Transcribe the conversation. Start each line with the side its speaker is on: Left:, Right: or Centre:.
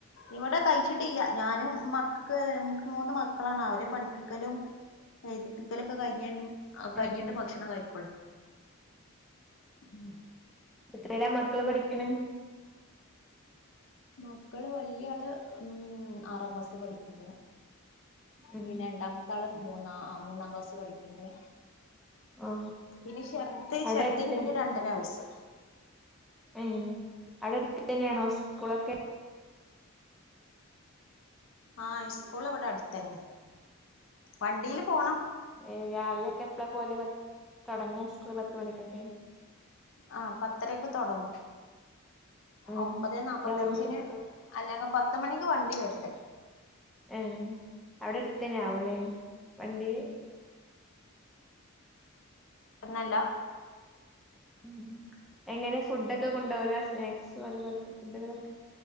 Left: ഇവിടെ കഴിച്ചിട്ടില്ല്യ ഞാനും മക്കക്ക് ഞമക്ക് മൂന്ന് മക്കളാണ് അവരെ പഠിപ്പിക്കലും എഴുതി പിക്കലൊക്കെ കഴിഞ്ഞ ആ കഴിഞ്ഞിട്ട്
Centre: ഏ
Left: ഭക്ഷണം കഴിക്കോളൂ ഉം
Centre: ത്രല്ല മക്കള് പഠിക്കണ
Left: മക്കള് വലിയ ആള് ഉം ആറാം ക്ലാസ് പഠിക്കണ്ട
Centre: ഉം
Left: പിന്നെ രണ്ടാമത്തെ ആള് മൂന്നാം മൂന്നാം ക്ലാസ്സ് പഠിക്കണ്ട്
Centre: ആ
Left: പിന്നെ ഛെർദ
Centre: അവിടെ
Left: ഛെർദീന്
Centre: അടുത്തന്നെ
Left: പിന്നെ രണ്ടര വയസ്സ
Centre: ഉം അവിടെ അടുത്ത് തന്നെയാണോ സ്കൂളൊക്കെ
Left: ആ സ്കൂൾ ഇവിടെ അടുത്തന്നെ വണ്ടിയില് പോണം
Centre: ഏ രാവിലെയൊക്കെ എപ്പഴാ പോലെ തുടങ്ങ സ്കൂള് പത്തുമണിക്കൊക്കെ
Left: ആ പത്തരക്ക് തുടങ്ങും
Centre: ഉം
Left: ഒമ്പത് നാപ്പത്തയഞ്ചിന്
Centre: ഗവർമെന്റ് സ്കൂൾ
Left: അല്ലെങ്കിൽ പത്ത മണിക്ക് വണ്ടി വരില്ലേ
Centre: എ അവിടെ അടുത്തേന്നെ ആവൂല്ലേ വണ്ടി
Left: <inaudible> എന്നല്ല
Centre: ഉം എങ്ങനെ ഫുഡൊക്കെ കൊണ്ടാവല സ്നാക്സും അതുപോലത്തെ ഫുഡുകളൊക്കെ